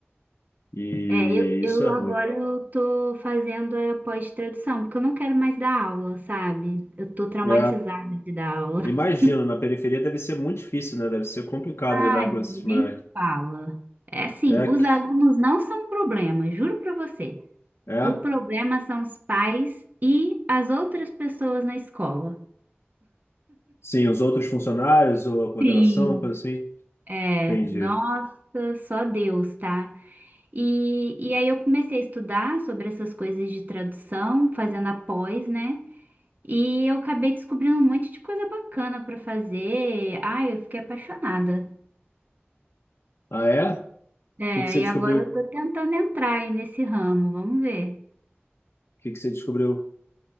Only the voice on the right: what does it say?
É, eu,
eu
agora
eu tô fazendo a pós-tradução, porque eu não quero mais dar aula, sabe? Eu tô traumatizada
de dar aula.
<laughs>
Ai,
nem
fala. É assim,
os
alunos não são um problema, juro pra você.
O problema são os pais e as outras pessoas na escola.
Sim,
<laughs> é,
nossa, só Deus, tá? E, e aí eu comecei a estudar sobre essas coisas de tradução, fazendo a pós, né? E eu acabei descobrindo um monte de coisa bacana pra fazer. Ai, eu fiquei apaixonada.
É,
e
agora eu
tô tentando entrar aí nesse ramo, vamos ver.